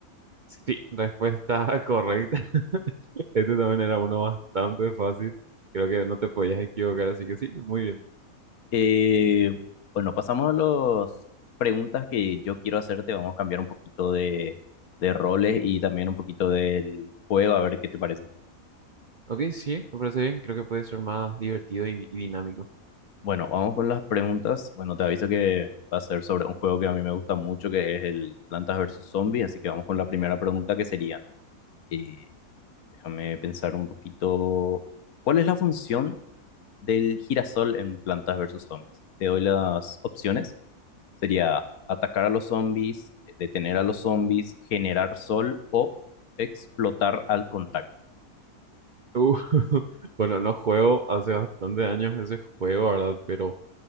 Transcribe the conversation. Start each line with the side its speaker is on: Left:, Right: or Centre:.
Right: Sí, respuesta <laughs> correcta. <laughs> Este también era uno bastante fácil. Creo que no te podías equivocar, así que sí, muy bien.
Left: Eh, bueno, pasamos a las preguntas que yo quiero hacerte. Vamos a cambiar un poquito de, de roles y también un poquito del juego, a ver qué te parece.
Right: Ok, sí, me parece bien. Creo que puede ser más divertido y, y dinámico.
Left: Bueno, vamos con las preguntas. Bueno, te aviso que va a ser sobre un juego que a mí me gusta mucho, que es el Plantas versus Zombies. Así que vamos con la primera pregunta, que sería, eh, déjame pensar un poquito, ¿cuál es la función del girasol en Plantas versus Zombies? Te doy las opciones. Sería atacar a los zombies, eh, detener a los zombies, generar sol o explotar al contacto.
Right: Uh, <laughs> bueno, no juego hace bastante años ese juego, ¿verdad? Pero